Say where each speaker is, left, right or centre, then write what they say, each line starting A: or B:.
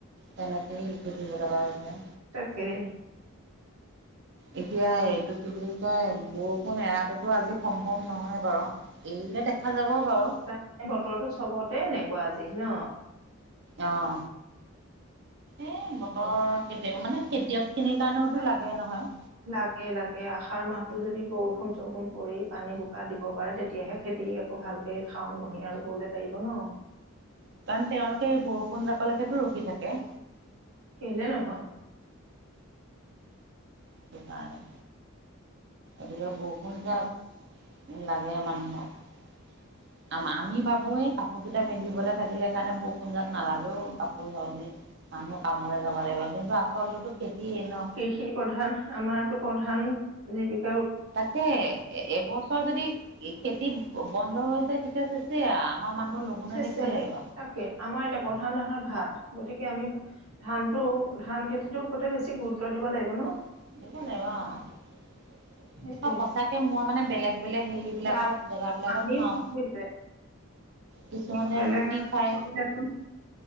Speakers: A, on the right (about 55°); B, on the right (about 85°).
A: তেনে সেই লিখিদিব লগা হৈছে।
B: তাকেই
A: এতিয়া এইটো কি বুলি কয়, বৰষুণ এৰাটোতো আজি সম্ভৱ নহয় বাৰু। এৰিলে দেখা যাব। বাৰু
B: ত' বতৰটো চবতে এনেকুৱা আজি। ন।
A: অ'হ। এ বতৰ,
B: অ
A: কেতিয়া মানে, খেতিয়ক খিনিৰ কাৰণেওতো লাগে নহয়। ‌
B: লাগে লাগে আহাৰ মাহটো যদি বৰষুণ চৰষুণ পৰি, পানী বোকা দিব পাৰে, তেতিয়াহে খেতি আকৌ ভালকে, শাওন মহিয়া ৰুবলৈ পাৰিব ন।
A: কাৰণ তেওঁলোকে, এই বৰষুণ জাকলেকেতোঁ ৰখি থাকে।
B: কেলে নহ'ল?
A: এটো কাৰানে আৰু বৰষুণ যাক লাগে মানুহক। ‌ আমা, আমি ভাবোঁ এই কাপোৰ কেইটা মেলিবলৈ থাকিলে কাৰণে, বৰষুণ যাক নালাগে অ'! <unintelligible> কাপোৰ <unintelligible> মানুহ কামলৈ যাব লাগিব কিন্তু আচলটোতো খেতিয়ে ন।
B: কৃষি প্ৰধান আমাৰতো প্ৰধান জীৱিকা।
A: তাকে এবছৰ যদি, খেতিত। বন্ধ হৈ যায়, তেতিয়া চেচে আৰু। আমাৰ মানুহ লঘোণ
B: চেচে,
A: হৈ থাকিব লাগিব
B: তাকে, আমাৰ এতিয়া প্ৰধান আহাৰ ভাত গতিকে আমি ধান টো, ধান খেতিটোৰ ওপৰতে বেছি গুৰুত্ব দিব লাগিব ন।
A: <unintelligible>
B: সেইটোৱে
A: অ' সঁচাকে মই মানে, বেলেগ বেলেগ হেৰিবলাকত
B: বা
A: জেগাবিলাকত
B: আমি
A: পাওঁ।
B: নুবুজিলে
A: কিছুমানে
B: কিন্তু বেলেগ
A: ৰুটি
B: এজন
A: খাই,
B: কৰিলেতো